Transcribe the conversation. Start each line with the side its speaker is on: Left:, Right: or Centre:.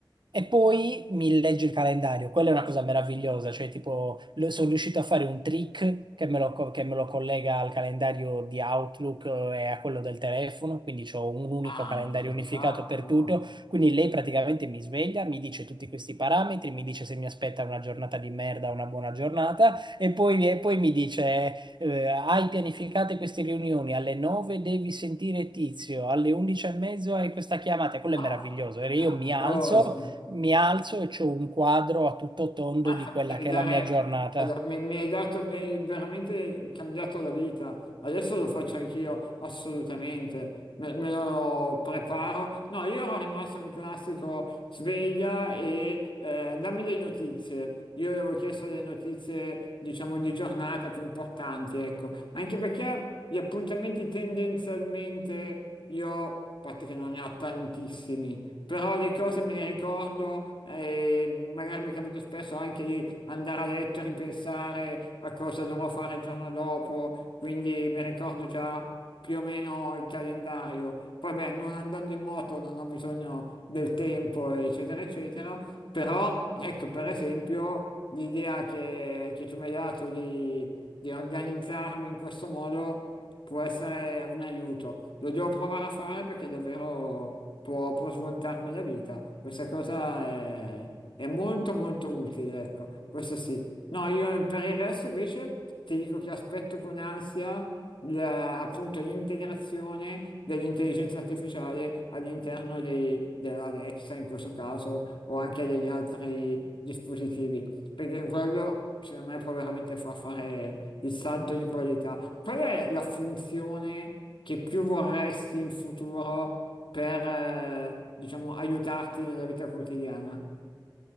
Right: e poi mi legge il calendario, quella è una cosa meravigliosa, cioè tipo lo- sono riuscito a fare un trick che me lo, co- che me lo collega al calendario di Outlook eh, e a quello del telefono, quindi ho un unico
Left: Ah,
Right: calendario
Left: spettacolo.
Right: unificato per tutto, quindi lei praticamente mi sveglia, mi dice tutti questi parametri, mi dice se mi aspetta una giornata di merda o una buona giornata e poi, e poi mi dice eh, hai pianificate queste riunioni, alle 9 devi sentire Tizio, alle 11 e mezzo hai questa chiamata, e quello
Left: Ah,
Right: è meraviglioso. E
Left: meraviglioso.
Right: io mi alzo, mi alzo e ho un quadro a tutto tondo
Left: Mazza,
Right: di quella
Left: mi devi
Right: che
Left: dare-
Right: è la mia giornata.
Left: guarda, mi, mi hai dato, mi hai veramente cambiato la vita. Adesso lo faccio anch'io, assolutamente. Me, me lo preparo. No, io ero rimasto un classico sveglia e eh, dammi le notizie. Io gli avevo chiesto le notizie, diciamo, di giornata più importanti, ecco. Anche perché gli appuntamenti tendenzialmente io, a parte che non ne ho tantissimi però le cose me le ricordo e magari mi capita spesso anche di andare a letto e ripensare a cosa dovrò fare il giorno dopo, quindi mi ricordo già più o meno il calendario. Poi beh, non andando in moto non ho bisogno del tempo, eccetera, eccetera, però ecco, per esempio, l'idea che, che tu mi hai dato di di organizzarmi in questo modo può essere un aiuto. Lo devo provare a fare perché davvero può, può svoltarmi la vita. Questa cosa è, è molto molto utile, ecco, questo sì. No, io per il resto invece ti dico che aspetto con ansia la- appunto l'integrazione dell'intelligenza artificiale all'interno dei- dell'Alexa in questo caso o anche degli altri dispositivi perché quello secondo me può veramente far fare il salto di qualità. Qual è la funzione che più vorresti in futuro per, eh, diciamo, aiutarti nella vita quotidiana?